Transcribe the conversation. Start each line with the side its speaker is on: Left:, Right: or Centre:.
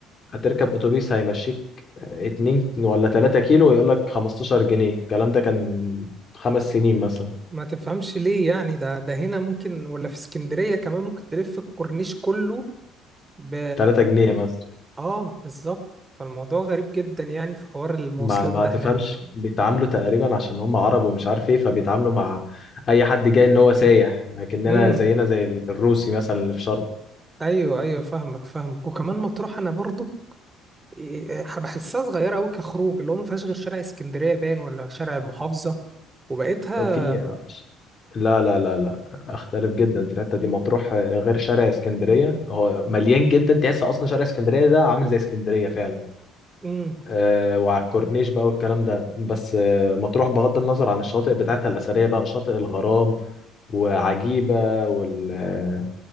Left: هتركب اتوبيس هيمشيك اتنين ولا تلاتة كيلو ويقول لك 15 جنيه الكلام ده كان خمس سنين مثلا
Right: ما تفهمش ليه يعني ده ده هنا ممكن ولا في اسكندرية كمان ممكن تلف الكورنيش كله ب
Left: تلاتة جنيه مثلا
Right: اه بالظبط فالموضوع غريب جدا يعني في حوار المواصلات
Left: ما ما
Right: ده
Left: تفهمش
Right: هناك
Left: بيتعاملوا تقريبا عشان هم عرب ومش عارف ايه فبيتعاملوا مع اي حد جاي ان هو سايح لكننا
Right: امم
Left: زينا زي الروسي مثلا اللي في شرم
Right: ايوه ايوه فاهمك فاهمك وكمان مطروح انا برضو إيه، بحسها صغيرة أوي كخروج اللي هو ما فيهاش غير شارع اسكندرية باين ولا شارع المحافظة وبقيتها
Left: في
Right: ما...
Left: لا لا لا لا اختلف جدا في الحته دي مطروح غير شارع اسكندريه هو مليان جدا تحس اصلا شارع اسكندريه ده عامل زي اسكندريه فعلا
Right: مم.
Left: آه، وعلى الكورنيش بقى والكلام ده بس آه، مطروح بغض النظر عن الشواطئ بتاعتها الأثرية بقى شاطئ الغرام وعجيبة وال... آه،